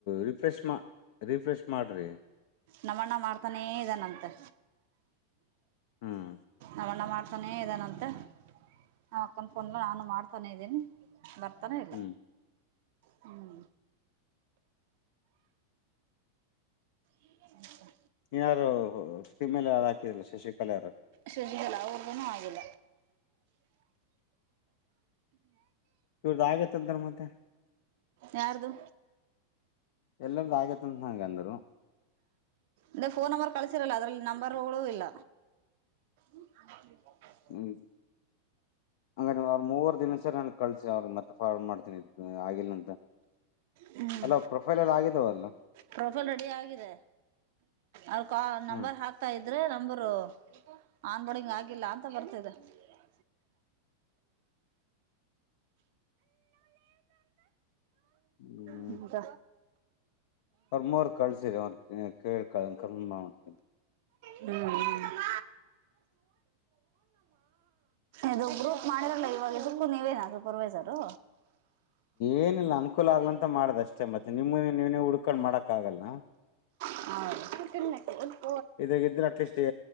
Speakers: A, on the left; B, on the right.
A: ರಿಫ್ರೆಷ್ ಮಾ ರಿಫ್ರೆಶ್ ಮಾಡ್ರಿ.
B: ನಮ್ಮಣ್ಣ ಮಾಡ್ತಾನೆ ಇದಾನಂತೆ.
A: ಹ್ಮ
B: ನಮಣ್ಣ ಮಾಡ್ತಾನೇ ಇದಾನಂತೆ ನಮ್ ಅಕ್ಕನ್ ಫೋನ್ನು ನಾನು ಮಾಡ್ತಾನೆ ಇದ್ದೀನಿ. ಬರ್ತನೆ ಇಲ್ಲ
A: ಹ್ಮ್
B: ಹ್ಮ <inaudible>
A: ಯಾರು ಫೀಮೇಲ್ ಯಾರೊ ಹಾಕಿದ್ರಲ್ಲ ಶಶಿಕಲ ಅವ್ರು
B: ಶಶಿಕಲಾ ಅವ್ರ್ದುನು ಆಗಿಲ್ಲ.
A: ಇವ್ರದ್ದು ಆಗೇತಂದ್ರ ಮತ್ತೆ
B: ಯಾರ್ದು?
A: ಎಲ್ಲರದು ಆಗ್ಯತ ಅಂತ ನಂಗಂದ್ರು.
B: ಅದೆ ಫೋನ್ ನಂಬರ್ ಕಳಸಿರಲ್ಲ ಅದ್ರಲ್ಲಿ ನಂಬರ್ ಗಳು ಇಲ್ಲ? <inaudible>
A: ಹ್ಮ ಹಂಗಾರೆ ನೀವ್ ಅವ್ರರು ಮೂವರ್ <unintelligible> ನನ್ಗ ಕಳ್ಸಿ ಅವ್ರಿಗೆ ಮತ್ತೆ ಫೋರ್ವರ್ಡ್ ಮಾಡ್ತೀನಿ ಆಗಿಲ್ಲ ಅಂತ.
B: ಹ್ಮ್
A: ಅಲ್ಲ ಪ್ರೊಫೈಲ್ ಎಲ್ಲ ಆಗಿದಾವಲ್ಲ?
B: ಪ್ರೊಫೈಲ್ ರೆಡಿ ಆಗಿದೆ ಅವ್ಕ ನಂಬರ್
A: ಹ್ಮ್
B: ಹಾಕ್ತಾ ಇದ್ರೆ ನಂಬರು ಆನ್ ಬೋರ್ಡಿಂಗ್ ಆಗಿಲ್ಲ ಅಂತ ಬರ್ತಿದೆ. <unintelligible> <unintelligible>
A: ಹ್ಮ್
B: ಹಿಂಗ.
A: <unintelligible> ಮೊರ್ ಕಳ್ಸಿರಿ ಅವ್ರು ಕೇಳ್ <unintelligible> ಮಾಡ್ತೀನಿ.
B: ಹ್ಮ್ ಹ್ಮ್. ಇದು ಗ್ರೂಪ್ ಮಾಡಿದರಲ್ಲ ಇವಾಗ ಇದಕ್ಕು ನೀವೇನ ಸೂಪರ್ವೈಸರು.
A: ಏನಿಲ್ಲ ಅನುಕೂಲ ಆಗ್ಲಂತ ಮಾಡದಷ್ಟೇ ಮತ್ತೆ ನಿಮ ನೀವನೇ ಹುಡ್ಕೊಂಡ್ ಮಾಡಕ್ ಆಗಲ್ಲ.
B: ಹೌದ. <unintelligible>
A: ಇದಾಗ ಇದ್ರೆ ಅಟ್ಲೀಸ್ಟೇ.